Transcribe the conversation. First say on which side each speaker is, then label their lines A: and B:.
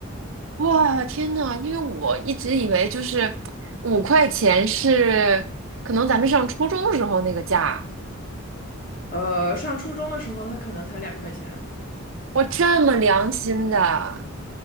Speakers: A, on the right; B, on the left.
A: 哇，天呐，因为我一直以为就是五块钱是可能咱们上初中时候那个价，
B: 呃，上初中的时候，它可能才两块钱。
A: 哇，这么良心的，